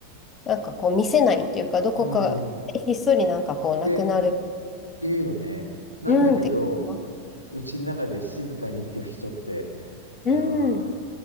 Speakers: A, on the left; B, on the right.
A: なんかこう見せないっていうか、どこかひっそりなんかこうなくなる。
B: うん。って言うよね。なんだけど、
A: うんって聞きます
B: うちの中で静かに息を引き取って、
A: うん。
B: いやー、